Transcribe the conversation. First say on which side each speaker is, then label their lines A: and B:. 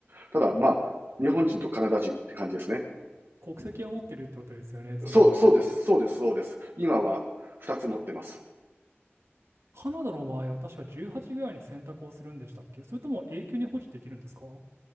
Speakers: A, on the right; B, on the right.
A: ただ、まあ、日本人とカナダ人って感じですね。
B: 国籍を持ってるってことですよね、つまり。
A: そう、そうです、そうです、そうです。今は2つ持ってます。
B: カナダの場合は確か18ぐらいに選択をするんでしたっけそれとも永久に保持できるんですかわ